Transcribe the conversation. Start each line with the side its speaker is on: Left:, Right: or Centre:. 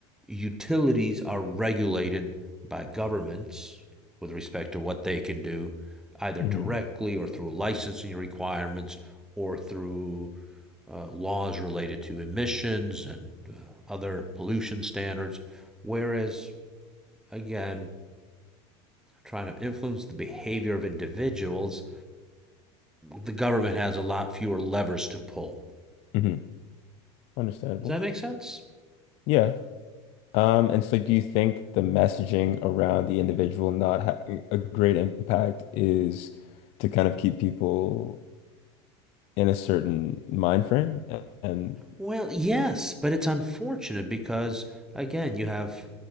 Centre: utilities are regulated by governments with respect to what they can do, either
Left: hmm
Centre: directly or through licensing requirements or through uh, laws related to emissions and uh, other pollution standards. Whereas, again, trying to influence the behavior of individuals, the government has a lot fewer levers to pull.
Left: hmm Understandable.
Centre: Does that make sense?
Left: Yeah. Um, and so do you think the messaging around the individual not having a great impact is to kind of keep people in a certain mind frame? A- And,
Centre: Well, yes, but it's unfortunate because again, you have,